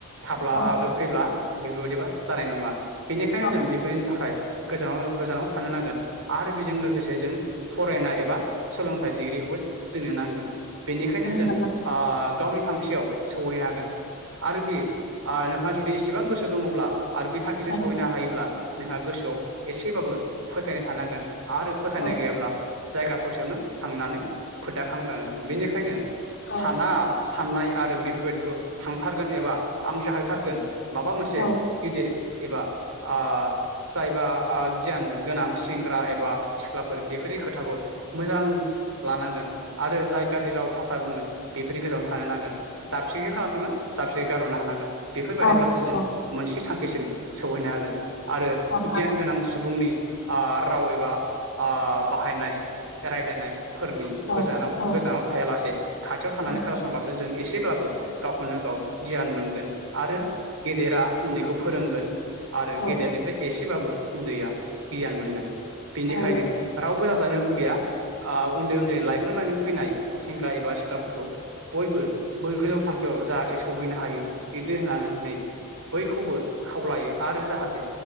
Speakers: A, on the right; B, on the left.
A: थाब्ला
B: औ
A: आरो फैब्ला बेफोरबायदिबा जानाय नंङा बेनिखायनो
B: औ
A: जों बेफोरनि थाखाय गोजानाव-गोजानाव थानो नांगोन आरो बेजों लोगोसे जों- फरायनाय एबा सोलोंथाइ डिग्रिखौबो जोंनो नांगोन बेनिखायनो जों
B: हागोन ना
A: गावनि थांखियाव सौहहैनो हागोन। आरो बे नोंहा जुदि एसेबां गोसो दङब्ला आरो बे बे जों
B: औ
A: सहैनो हायोब्ला नोंहा गोसोआव एसेबाबो फोथायनाय थानांगोन आरो फोथायनाय
B: औ
A: गैयाब्ला जायगा ससेयावनो थांनानै फोदाखांग्राङो बेनिखायनो
B: औ
A: साना साननाय आरो बेफोरबायदिखौ थांथारगोन एबा आं जाहैथारगोन माबा मोनसे
B: औ
A: गिदिर अ जायबा गियान गोनां सेंग्रा एबा सिख्लाफोर बेफोरनि खोथाखौ मोजां लानांगोन आरो जाय गाज्रि राव भाषा बुङो बेफोरनि गोजानावनो थानो नांगोन दाबसेखै खोनासङो दाबसेखै गारहरनो हानांगोन। बेफोरबायाददिब्लासो
B: हागोन
A: जों मोनसे थांखिसिम सौहैनो हागोन। आरो
B: औ
A: गियान
B: औ
A: गोनां सुबुंनि राव एबा बाहायनाय रायज्लायनायफोरनि
B: औ
A: गोजानाव
B: औ
A: गोजानाव थायालासे खाथियाव
B: औ
A: थानानै खोनासंब्लासो जों एसे ब्लाबो गावखौनो गाव गियान मोनगोन आरो गेदेरा उन्दैखौ फोरोंगोन आरो
B: औ
A: गेदेरनिफ्राय
B: औ
A: एसेबाबो उन्दैया गियान मोनगोन बेनिखायनो
B: हागोन औ औ
A: रावबो जानो लुगैया उन्दै उन्दै लाइमोन लाइमोन फैनाय सेंग्रा एबा सिख्लाफोरखौ बयबो गोजौ थांखि जाहाथे सौहैनो हायो। बिदि होननानैै बैखौबो खावलायो आरो जाहाथे